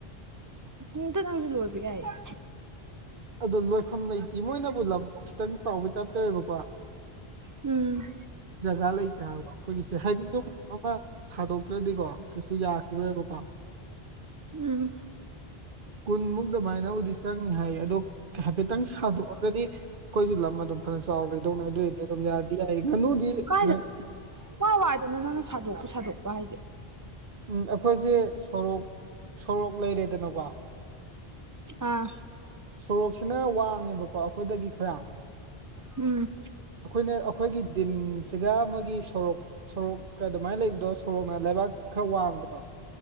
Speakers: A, on the right; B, on the right.
A: ꯎꯝ ꯇ‌ꯣ ꯅꯪꯁꯨ ꯂꯣꯏꯕ ꯌꯥꯏꯌ‌ꯦ
B: ꯑꯗ‌ꯣ ꯂꯣꯏꯐꯝ ꯂꯩꯇꯦ ꯃꯣꯏꯅꯕꯨ ꯂꯝꯗꯣ ꯈꯤꯇꯪ ꯆꯥꯎꯕꯩ ꯇꯥꯏꯞ ꯇꯧꯋꯦꯕꯀꯣ
A: ꯎꯝ
B: ꯖꯒꯥ ꯂꯩꯇꯦ ꯍꯥꯏꯕ ꯑꯩꯈꯣꯏꯒꯤꯁꯦ ꯍꯥꯏꯗꯤ ꯌꯨꯝ ꯑꯃ ꯁꯥꯗꯣꯛꯇ꯭ꯔꯗꯤꯀꯣ ꯀꯩꯁꯨ ꯌꯥꯈꯤꯔꯣꯏꯕ ꯀꯣ
A: ꯎꯝ
B: ꯀꯨꯟꯃꯨꯛ ꯗꯨꯃꯥꯏꯅꯕꯨꯗꯤ ꯆꯪꯅꯤ ꯍꯥꯏ ꯑꯗꯣ ꯍꯥꯏꯐꯦꯠꯇꯪ ꯁꯥꯗꯣꯛꯑꯒꯗꯤ ꯑꯩꯈꯣꯏꯒꯤ ꯂꯝ ꯑꯗꯨꯝ ꯐꯅ ꯆꯥꯎꯅ ꯂꯩꯗꯧꯅꯤ ꯑꯗꯨꯏꯗꯤ ꯑꯗꯨꯝ ꯌꯥ ꯌꯥꯏ ꯉꯥꯅꯨꯗꯤ
A: ꯀꯥꯏꯗꯅꯣ
B: ꯉ
A: ꯀꯥꯏ ꯋꯥꯏꯗꯅ‌ꯣ ꯅꯪꯅ ꯁꯥꯗꯣꯛꯄ ꯁꯥꯗꯣꯛꯄ ꯍꯥꯏꯁꯦ
B: ꯎꯝ ꯑꯩꯈꯣꯏꯁꯦ ꯁꯣꯔꯣꯛ ꯁꯣꯔꯣꯛ ꯂꯩꯔꯦꯗꯅꯀꯣ
A: ꯑꯥ
B: ꯁꯣꯔꯣꯛꯁꯤꯅ ꯋꯥꯡꯉꯦꯕꯀꯣ ꯑꯩꯈꯣꯏꯗꯒꯤ ꯈꯔ
A: ꯎꯝ
B: ꯑꯩꯈꯣꯏꯅ ꯑꯩꯈꯣꯏꯒꯤ ꯗꯤꯟꯁꯤꯒ ꯃꯣꯏꯒꯤ ꯁꯣꯔꯣꯛ ꯁꯣꯔꯣꯛꯀ ꯑꯗꯨꯃꯥꯏꯅ ꯂꯩꯕꯗꯣ ꯁꯣꯔꯣꯛꯅ ꯂꯩꯕꯥꯛ ꯈꯔ ꯋꯥꯡꯕꯗꯣ